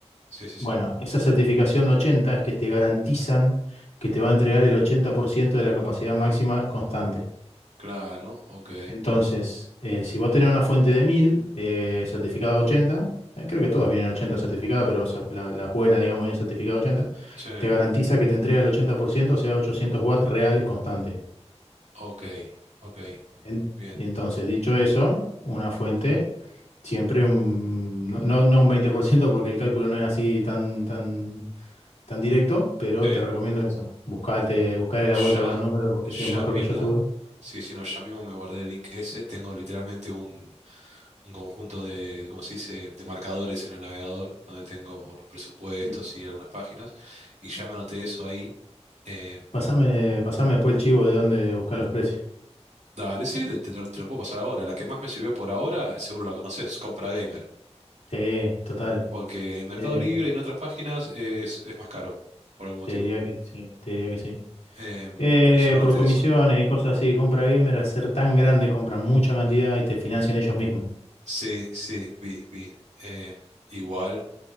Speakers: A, on the right; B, on the left.
A: sí, sí, sí.
B: Bueno, esa certificación 80 es que te garantizan que te va a entregar el 80% de la capacidad máxima constante.
A: Claro, ok.
B: Entonces, eh, si vos tenés una fuente de 1000 eh, certificada 80, eh, creo que todas vienen 80 certificadas, pero o sea, la, las buenas, digamos, vienen certificada 80,
A: Sí,
B: te garantiza que te entrega el 80%, o sea, 800 watts reales constantes.
A: ok, ok.
B: En-
A: Bien.
B: entonces, dicho eso, una fuente, siempre un, no, no no un 20%, porque el cálculo no es así tan, tan tan directo, pero
A: Sí.
B: te recomiendo eso. Buscate, buscale la vuelta
A: Ya,
B: con los números, porque es mejor
A: ya mismo.
B: que yo seguro.
A: Sí, sí, no, ya mismo me guardé el link ese. Tengo literalmente un. un conjunto de, cómo se dice?, de marcadores en el navegador, donde tengo los presupuestos
B: Y
A: y algunas páginas, y ya me anoté eso ahí. Eh,
B: pasame, pasame después el chivo de dónde buscar los precios.
A: dale, sí, te, te lo te lo puedo pasar ahora. La que más me sirvió por ahora, seguro la conoces, Compra Gamer,
B: Sí, total.
A: porque en Mercado
B: Eh,
A: Libre y en otras páginas es, es más caro, por algún motivo.
B: te diría que sí, te diría que sí.
A: Em,
B: Eh,
A: y ya me anoté
B: por comisiones
A: eso.
B: y cosas así, compra gamer, al ser tan grande, compran mucha cantidad y te financian ellos mismos.
A: Sí, sí, vi, vi. Em, igual,